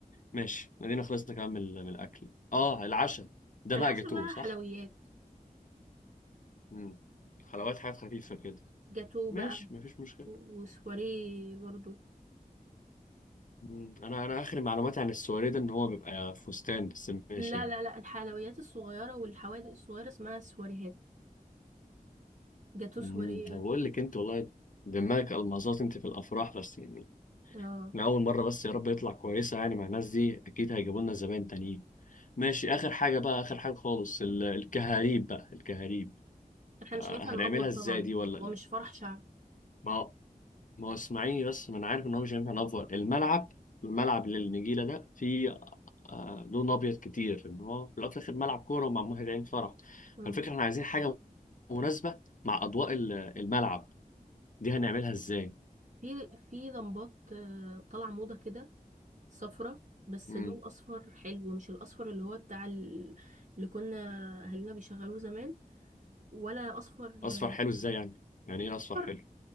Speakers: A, on the left; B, on the right.
A: ماشي ادينا خلصنا كمان من من الاكل اه العشاء ده
B: العشاء
A: بقى جاتوه
B: بقى
A: صح
B: حلويات
A: امم حلويات حاجات خفيفه كده
B: جاتو
A: ماشي
B: بقى
A: مفيش مشكله
B: و- وسواريه برضو
A: مم. انا انا اخر معلوماتي عن السواري ده ان هو بيبقى فستان بس ماشي
B: لا
A: يعني
B: لا لا الحلويات الصغيرة والحوادق الصغيرة اسمها سواريهات جاتو
A: امم
B: سواريه
A: انا بقول لك انت والله دماغك المظات انت في الافراح بس يعني
B: اه
A: انا اول مره بس يا رب يطلع كويسه يعني مع الناس دي اكيد هيجيبوا لنا زباين تانيين ماشي اخر حاجه بقى اخر حاجه خالص ال- الكهاريب بقى الكهاريب
B: احنا
A: آه،
B: مش هينفع
A: هنعملها
B: نأفور
A: ازاي
B: طبعا
A: دي ولا
B: هو مش فرح شعبي
A: ما ما هو اسمعيني بس ما انا عارف ان هو مش هينفع نفور الملعب الملعب اللي النجيله ده فيه آه لون ابيض كتير ان هو في الاول وفي الاخر ملعب كوره ومعمول هنا عين فرح
B: آه.
A: الفكره احنا عايزين حاجه مناسبه مع اضواء ال- الملعب دي هنعملها ازاي
B: في في لمبات آه، طالعة موضة كده صفرة بس
A: امم
B: لون أصفر حلو مش الأصفر اللي هو بتاع ال- اللي كنا أهالينا بيشغلوه زمان ولا أصفر
A: اصفر
B: آه،
A: حلو ازاي يعني يعني ايه اصفر
B: أصفر
A: حلو